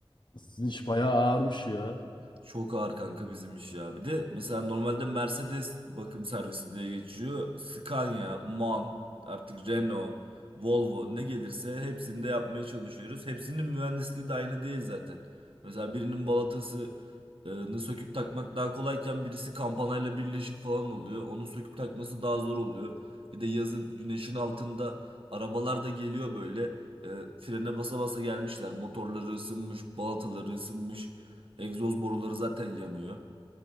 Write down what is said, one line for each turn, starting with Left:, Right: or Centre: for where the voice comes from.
Left: Sizin iş bayağı ağırmış ya.
Right: Çok ağır kanka bizim iş ya. Bir de mesela normalde Mercedes bakım servisi diye geçiyor. Scania, MAN, artık Renault, Volvo ne gelirse hepsini de yapmaya çalışıyoruz. Hepsinin mühendisliği de aynı değil zaten. Mesela birinin balatasını söküp takmak daha kolayken birisi kampanayla birleşik falan oluyor. Onu söküp takması daha zor oluyor. Bir de yazın güneşin altında arabalar da geliyor böyle. E, frene basa basa gelmişler. Motorları ısınmış, balataları ısınmış. Egzoz boruları zaten yanıyor.